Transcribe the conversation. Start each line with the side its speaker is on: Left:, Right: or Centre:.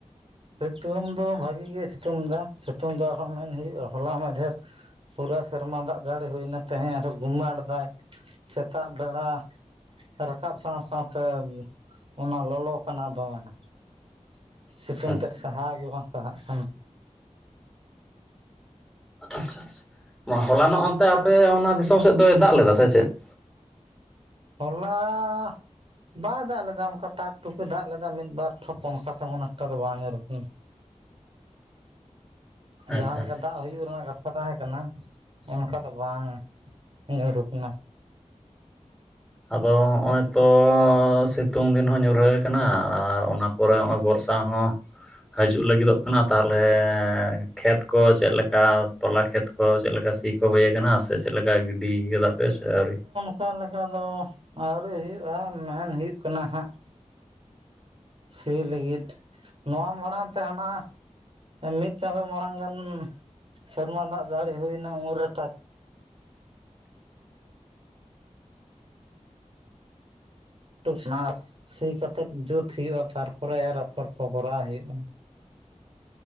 Right: ᱥᱤᱛᱩᱝ ᱫᱚ ᱵᱷᱟᱜᱤ ᱜᱮ ᱥᱤᱛᱩᱝ ᱮᱫᱟ, ᱥᱤᱛᱩᱝ ᱫᱚ ᱟᱨᱦᱚᱸ ᱢᱮᱱ ᱦᱩᱭᱩᱜᱼᱟ ᱦᱚᱞᱟ ᱢᱟᱫᱷᱮᱨ ᱯᱩᱨᱟᱹ ᱥᱮᱨᱢᱟ ᱫᱟᱜ ᱡᱟᱹᱲᱤ ᱦᱩᱭᱱᱟ ᱛᱮᱦᱮᱸᱧ ᱟᱨ ᱦᱚᱸ ᱜᱩᱢᱳᱲᱫᱟᱭ ᱥᱮᱛᱟᱜ ᱵᱮᱲᱟ ᱨᱟᱠᱟᱵ ᱥᱟᱶ ᱥᱟᱶᱛᱮ ᱚᱱᱟ ᱞᱚᱞᱚ ᱠᱟᱱᱟ ᱫᱚᱢᱮ᱾
Centre: <unintelligible>
Right: ᱥᱤᱛᱩᱝ ᱛᱮᱫ ᱥᱟᱦᱟᱣ ᱜᱮ ᱵᱟᱝ ᱥᱟᱦᱟᱜ ᱠᱟᱱᱟ᱾
Centre: ᱟᱪᱪᱷᱟ ᱟᱪᱪᱷᱟ, ᱦᱚᱞᱟᱱᱚᱜ ᱚᱱᱛᱮ ᱟᱯᱮ ᱚᱱᱟ ᱫᱤᱥᱚᱢ ᱥᱮᱫ ᱫᱚᱭ ᱫᱟᱜ ᱞᱮᱫᱟ ᱥᱮ ᱪᱮᱫ?
Right: ᱦᱚᱞᱟᱻᱟᱻᱟᱻᱟ ᱵᱟᱭ ᱫᱟᱜ ᱞᱮᱫᱟ ᱚᱱᱠᱟ ᱴᱟᱠ ᱴᱩᱠ ᱮ ᱫᱟᱜ ᱞᱮᱫᱟ ᱢᱤᱫ ᱵᱟᱨ ᱴᱷᱚᱯ ᱚᱱᱠᱟ ᱛᱮᱢᱚᱱ ᱮᱠᱴᱟ ᱫᱚ ᱵᱟᱝ ᱧᱩᱨ ᱟᱠᱟᱱᱟ᱾
Centre: <unintelligible>
Right: ᱡᱟᱦᱟᱸ ᱞᱮᱠᱟ
Centre: ᱟᱪᱪᱷᱟ
Right: ᱫᱟᱜ ᱦᱩᱭᱩᱜ ᱨᱮᱱᱟᱜ ᱠᱟᱛᱷᱟ ᱠᱟᱛᱷᱟ ᱛᱟᱦᱮᱸ ᱠᱟᱱᱟ ᱚᱱᱠᱟ ᱫᱚ ᱵᱟᱝ ᱧᱩᱨ ᱟᱠᱟᱱᱟ᱾
Centre: ᱟᱫᱚ ᱦᱚᱸᱜᱼᱚᱭ ᱛᱚ ᱥᱤᱛᱩᱝ ᱫᱤᱱ ᱦᱚᱸ ᱧᱩᱨᱦᱟᱹ ᱠᱟᱱᱟ ᱟᱨ ᱚᱱᱟ ᱯᱚᱨᱮ ᱱᱚᱜᱼᱚᱭ ᱵᱚᱨᱥᱟ ᱦᱚᱸ ᱦᱤᱡᱩᱜ ᱞᱟᱹᱜᱤᱫᱚᱜ ᱠᱟᱱᱟ ᱛᱟᱨ ᱛᱚᱞᱮ ᱠᱷᱮᱛ ᱠᱚ ᱪᱮᱫ ᱞᱮᱠᱟ ᱛᱚᱞᱟ ᱠᱷᱮᱛ ᱠᱚ᱾ ᱦᱳ ᱪᱮᱫ ᱞᱮᱠᱟ ᱥᱤ ᱠᱚ ᱦᱩᱭ ᱟᱠᱟᱱᱟ ᱥᱮ ᱪᱮᱫ ᱞᱮᱠᱟ ᱜᱤᱰᱤ ᱠᱟᱫᱟ ᱯᱮ ᱥᱮ ᱟᱹᱣᱨᱤ?
Right: ᱚᱠᱟ ᱞᱮᱠᱟ ᱫᱚ ᱟᱹᱣᱨᱤ ᱦᱩᱭᱩᱜᱼᱟ ᱢᱮᱱ ᱦᱩᱭᱩᱜ ᱠᱟᱱᱟ ᱦᱟᱸᱜ᱾ ᱥᱤ ᱞᱟᱹᱜᱤᱫ ᱱᱚᱣᱟ ᱢᱟᱲᱟᱝ ᱛᱮ ᱦᱟᱱᱟ ᱢᱤᱫ ᱪᱟᱸᱫᱚ ᱢᱟᱲᱟᱝ ᱜᱟᱱ ᱥᱮᱨᱢᱟ ᱫᱟᱜ ᱡᱟᱹᱲᱤ ᱦᱩᱭ ᱮᱱᱟ ᱩᱱ ᱨᱮ ᱛᱟᱠ <unintelligible> ᱥᱤ ᱠᱟᱛᱮᱫ ᱡᱩᱛ ᱦᱩᱭᱩᱜᱼᱟ ᱛᱟᱨᱯᱚᱨᱮ ᱨᱚᱯᱷᱚᱨ ᱠᱚ ᱠᱚᱨᱟᱣ ᱦᱩᱭᱩᱜᱼᱟ᱾